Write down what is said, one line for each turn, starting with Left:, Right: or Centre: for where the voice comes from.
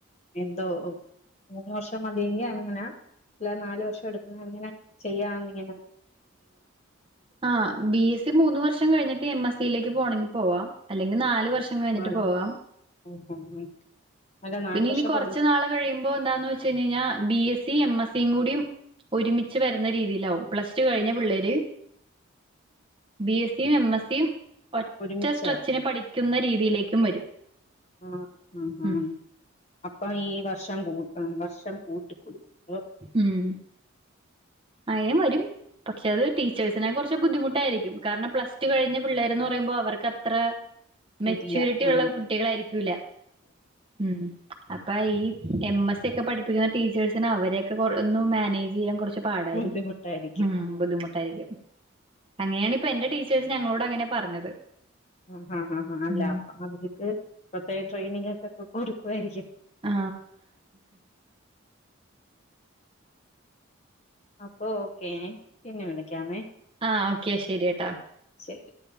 Left: എന്തോ മൂന്ന് വർഷം മതിയെങ്കി അങ്ങനെ അല്ല നാലല് വർഷം എടു അങ്ങനെ ചെയ്യാംന്ന്ങ്ങനെ
Right: ആ ബി എസ് സി മൂന്ന് വർഷം കഴിഞ്ഞിട്ട് എം എസ് സയിലേക്ക് പോണമെങ്കിൽ പോവാം അല്ലെങ്കിൽ നാല് വർഷം കഴിഞ്ഞിട്ട്
Left: ആഹ്
Right: പോവാ
Left: ഉം ഉം ഉം അല്ല നാല്
Right: പിന്നെ
Left: വർഷം
Right: ഇനി കൊറച്ച
Left: പഠി
Right: നാള് കഴിയുമ്പോ എന്താന്ന് വെച്ച് കഴ കഴിഞ്ഞാൽ B S C M S സും കൂടിയ ഒരുമിച്ച് വരുന്ന രീതിയിലാവും പ്ലസ് ടു കഴിഞ്ഞ പിള്ളേര് ബി എസ് സിയും എം എസ് സിയും ഒറ്റ
Left: ഒരുമിച്ചാ
Right: സ്ട്രെച്ചിന് പഠിക്കുന്ന രീതിയിലേക്കും വരും
Left: ആ ഉ ഹ
Right: ഉം
Left: അപ്പൊ ഈ വർഷം കൂ വർഷം കൂട്ടിക്കൊടുക്കും
Right: ഉം അയിനയും വരും പക്ഷെ അത് ടീച്ചേഴ്സിനെ കുറിച്ച് ബുദ്ധിമുട്ടായിരിക്കും കാരണം പ്ലസ് ടു കഴിഞ്ഞ പിള്ളേർ എന്ന് പറയുമ്പോൾ അവർക്ക് അത്ര മെച്ചൂരിറ്റി
Left: ഇല്ല ആഹ്
Right: ഉള്ള കുട്ടികളായിരിക്കൂല ഉം അപ്പ ഈ എം എസ് സി ഒക്കെ പഠിപ്പിക്കുന്ന ടീച്ചേഴ്സിന് അവരെയൊക്കെ ഒന്ന് മാനേജ് ചെയ്യാൻ കുറച്ച് പാടായിരിക്കും
Left: ബുദ്ധിമുട്ടായിരിക്കും
Right: ഉ
Left: ഉം
Right: ബുദ്ധിമുട്ടായിരിക്കും അങ്ങനെയാണ് ഇപ്പൊ എന്റെ ടീച്ചേഴ്സ് ഞങ്ങളോട് അങ്ങനെ പറഞ്ഞത്
Left: ആ ഹ ഹാ ഹാ അല്ല
Right: ഉം
Left: അപ്പൊ അവർക്ക് പ്രത്യേകം ട്രെയിനിങ് ഒക്കെക്കെ ഒരുക്കുവായിരിക്കും
Right: ആ
Left: അപ്പൊ ഓക്കേ പിന്നെ വിളിക്കാമേ
Right: ആഹ ഓക്കെ ശെരി ട്ടാ
Left: ശരിങ്ക്